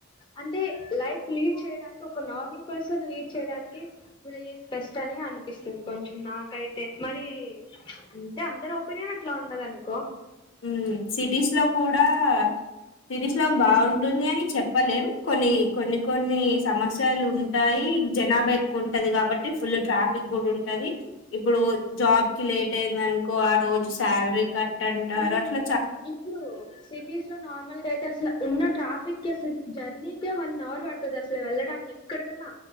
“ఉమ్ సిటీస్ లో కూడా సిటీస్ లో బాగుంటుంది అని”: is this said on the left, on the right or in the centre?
Left